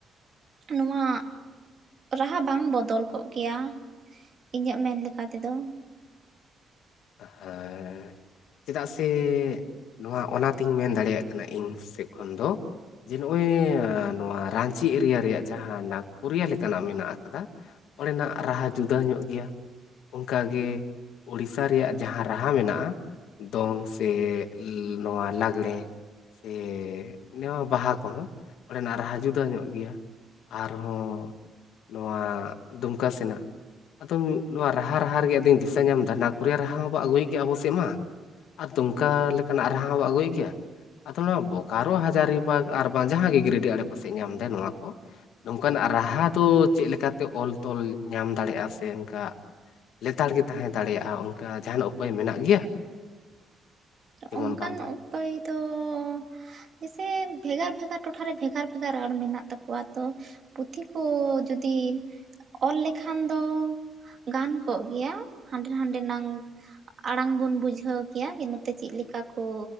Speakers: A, on the right; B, on the left.
A: ᱱᱚᱣᱟ ᱨᱟᱦᱟ ᱵᱟᱝ ᱵᱚᱫᱚᱞ ᱠᱚᱜ ᱠᱮᱭᱟ ᱤᱧᱟᱹᱜ ᱢᱮᱱ ᱞᱮᱠᱟ ᱛᱮᱫᱚ
B: ᱦᱮᱸ ᱪᱮᱫᱟᱜ ᱥᱮ ᱱᱚᱣᱟ ᱚᱱᱟᱛᱤᱧ ᱢᱮᱱ ᱫᱟᱲᱮᱭᱟᱜ ᱠᱟᱱᱟ ᱤᱧ ᱥᱮᱫ ᱠᱷᱚᱱ ᱫᱚ ᱡᱮ ᱱᱚᱜᱼᱚᱸᱭ ᱱᱚᱣᱟ ᱨᱟᱺᱪᱤ ᱮᱨᱤᱭᱟ ᱨᱮᱭᱟᱜ ᱡᱟᱦᱟᱸ ᱱᱟᱜᱽᱯᱚᱨᱤᱭᱟᱹ ᱞᱮᱠᱟᱱᱟᱜ ᱢᱮᱱᱟᱜ ᱟᱠᱟᱫᱟ ᱚᱸᱰᱮᱱᱟᱜ ᱨᱟᱦᱟ ᱡᱩᱫᱟᱹ ᱧᱚᱜ ᱜᱮᱭᱟ ᱚᱱᱠᱟᱜᱮ <unintelligible> <unintelligible> ᱨᱮᱭᱟᱜ ᱡᱟᱦᱟᱸ ᱨᱟᱦᱟ ᱢᱮᱱᱟᱜᱼᱟ ᱫᱚᱝ ᱥᱮ ᱱᱚᱣᱟ ᱞᱟᱜᱽᱲᱮ ᱥᱮ ᱱᱚᱣᱟ ᱵᱟᱦᱟ ᱠᱚᱦᱚᱸ ᱚᱸᱰᱮᱱᱟᱜ ᱨᱟᱦᱟ ᱡᱩᱫᱟᱹ ᱧᱚᱜ ᱜᱮᱭᱟ ᱟᱨᱦᱚᱸ ᱱᱚᱣᱟ ᱫᱩᱢᱠᱟ ᱥᱮᱱᱟᱜ ᱟᱫᱚᱢ ᱱᱚᱣᱟ ᱨᱟᱦᱟ ᱨᱟᱦᱟ ᱨᱮᱜᱮ ᱟᱫᱚᱧ ᱫᱤᱥᱟᱹ ᱧᱟᱢ ᱮᱫᱟ ᱱᱟᱜᱽᱯᱚᱨᱤᱭᱟ ᱨᱟᱦᱟ ᱦᱚᱸᱠᱚ ᱟᱹᱜᱩᱭ ᱜᱮᱭᱟ ᱟᱵᱚ ᱥᱮᱫ ᱢᱟ ᱟᱨ ᱛᱩᱝᱠᱟ ᱞᱮᱠᱟᱱᱟᱜ ᱨᱟᱦᱟ ᱦᱚᱸ ᱵᱚ ᱟᱹᱜᱩᱭ ᱜᱮᱭᱟ ᱟᱫᱚ ᱱᱚᱣᱟ ᱵᱳᱠᱟᱨᱳ ᱦᱟᱡᱟᱨᱤᱵᱟᱜᱽ ᱟᱨ ᱵᱟᱝ ᱡᱟᱦᱟᱸ ᱜᱮ ᱜᱤᱨᱤᱰᱤ ᱟᱲᱮᱯᱟᱥᱮ ᱧᱟᱢ ᱫᱟᱭ ᱱᱚᱣᱟ ᱠᱚ ᱱᱚᱝᱠᱟᱱᱟᱜ ᱨᱟᱦᱟ ᱫᱚ ᱪᱮᱫ ᱞᱮᱠᱟᱛᱮ ᱚᱞ ᱛᱚᱞ ᱧᱟᱢ ᱫᱟᱲᱮᱭᱟᱜᱼᱟ ᱥᱮ ᱚᱱᱠᱟ ᱞᱮᱛᱟᱲ ᱜᱮ ᱛᱟᱦᱮᱸ ᱫᱟᱲᱮᱭᱟᱜᱼᱟ ᱚᱱᱠᱟ ᱡᱟᱦᱱᱟᱜ ᱩᱯᱟᱹᱭ ᱢᱮᱱᱟᱜ ᱜᱮᱭᱟ <inaudible> ᱡᱮᱢᱚᱱ
A: ᱚᱱᱠᱟᱱ
B: ᱵᱟᱝ
A: ᱩᱯᱟᱹᱭ ᱫᱚ <unintelligible> ᱦᱮᱥᱮ ᱵᱷᱮᱜᱟᱨ ᱵᱷᱮᱜᱟᱨ ᱴᱚᱴᱷᱟᱨᱮ ᱵᱷᱮᱜᱟᱨ ᱵᱷᱮᱜᱟᱨ ᱨᱚᱲ ᱢᱮᱱᱟᱜ ᱛᱟᱠᱚᱣᱟ ᱛᱚ ᱯᱩᱛᱷᱤ ᱠᱚ ᱡᱩᱫᱤ ᱚᱞ ᱞᱮᱠᱷᱟᱱ ᱫᱚ ᱜᱟᱱ ᱠᱚᱜ ᱜᱮᱭᱟ ᱦᱟᱸᱰᱮ ᱱᱟᱸᱰᱮ ᱱᱟᱝ ᱟᱲᱟᱝ ᱵᱚᱱ ᱵᱩᱡᱷᱟᱹᱣ ᱠᱮᱭᱟ <unintelligible> ᱱᱚᱛᱮ ᱪᱤᱫ ᱞᱮᱠᱟ ᱠᱚ